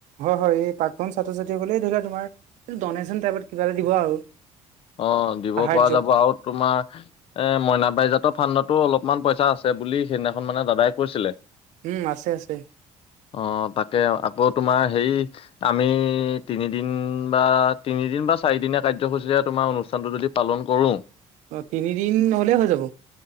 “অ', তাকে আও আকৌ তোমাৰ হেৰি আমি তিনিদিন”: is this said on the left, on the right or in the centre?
Left